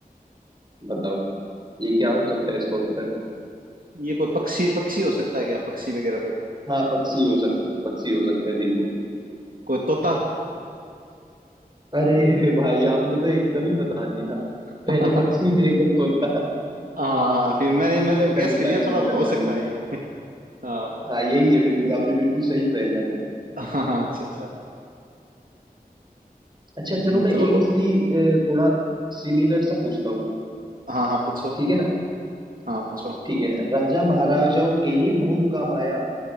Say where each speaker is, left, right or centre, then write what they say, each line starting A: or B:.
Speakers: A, on the right; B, on the right.
A: बताओ ये क्या हो सकता है इसका उत्तर
B: ये कोई पक्षी पक्षी हो सकता है क्या पक्षी वगैरह कोई
A: हाँ पक्षी हो सकता है पक्षी हो सकता है बिल्कुल
B: कोई तोता
A: अरे भाई आपने तो एकदम ही बता दिया पहले
B: <laughs> हाँ
A: पक्षी फिर एकदम तोता
B: हाँ फिर मैंने मतलब
A: नकल
B: गैस
A: उतारे
B: कर लिया थोड़ा
A: सुनकर
B: बहुत हो सकता
A: वाणी
B: है ये <laughs> हाँ
A: हाँ यही है बिल्कुल आपने बिल्कुल सही पहचाना
B: हाँ हाँ, अच्छा अच्छा
A: अच्छा चलो
B: हम्म,
A: मैं
B: चलो
A: एक
B: तो
A: इसी अ, थोड़ा सिमिलर सा पूछता हूँ
B: हाँ हाँ पूछो
A: ठीक है ना
B: हाँ पूछो
A: ठीक है राजा महाराजाओं के ये बहुत काम आया